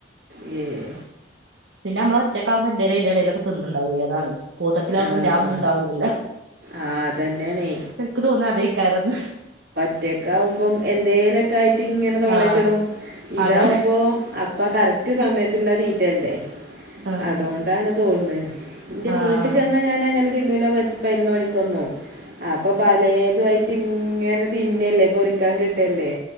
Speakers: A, on the right; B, on the right.
A: ഇല്ലെയ്
B: പിന്നെ അമ്മൾ ഒറ്റകാകുമ്പോ എന്തേലും ഐന്റെടേലൊക്കെ തിന്ന്ണ്ടാവോ അതാണ് കൂടത്തി ലാ
A: ആഹ്
B: കുമ്പം പിന്നെ അഹൊന്നുണ്ടാവുല്ലല്ലോ.
A: ആഹ് അതന്നെയാണേ
B: ചെല്ക്ക് തോന്നാ അതേയിക്കാരംന്ന്.
A: കുട്ട്യേയ്ക്ക്കുമ്പോ എന്തേല ക്കായിട്ട് ഇങ്ങനെ തൊള്ളേക്കിടും.
B: ആഹ്
A: ഇതാവുമ്പോ
B: അതാണ്
A: അപ്പ ആ കറക് ക്‌റ്റ് സമയത്ത്ല്ലാ തീറ്റെല്ലേ.
B: ആഹ്
A: അതോണ്ടാണ് തോൺന്ന് ഇന്റെ
B: ആഹ്
A: വീട്ടി ചെന്ന ഞാൻ അങ്ങനെ തിന്നൂല്ല പറ പയ്നൊന്ന് മണിക്കെന്നും അപ്പൊ പലേത്വായിട്ട്. തിങ്ങനെ തിന്നല്ലേ കൊറിക്കാൻ കിട്ടല്ലേ.